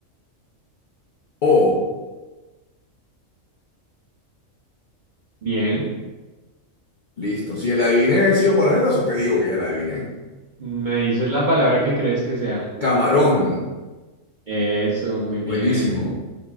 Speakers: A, on the left (about 55°); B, on the right (about 45°).
A: O.
B: Bien.
A: Listo. Si ya la adiviné, sigo con las letras o te digo que ya la adiviné.
B: Me dices la palabra que crees que sea.
A: Camarón.
B: Eso, muy
A: Buenísimo.
B: bien.